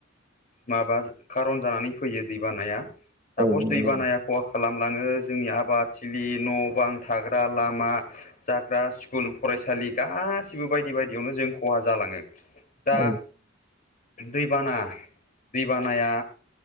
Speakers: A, on the left; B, on the right.
A: माबा खारन जानानै फैयो दै बानाया सापस
B: औ नंगौ
A: दै बानाया खहा खालाम लाङो जोंनि आबादथिलि न बां थाग्रा लामा जाग्रा स्कुल फरायसालि गासिबो बायदि बायदियावनो जों खहा जालाङो। दा
B: औ।
A: दैबाना दैबानाया